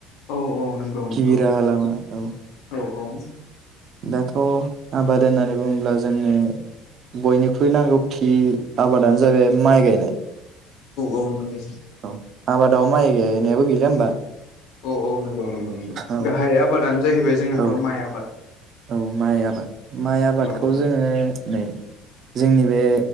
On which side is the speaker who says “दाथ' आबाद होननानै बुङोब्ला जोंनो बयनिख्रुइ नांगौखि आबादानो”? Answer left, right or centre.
Right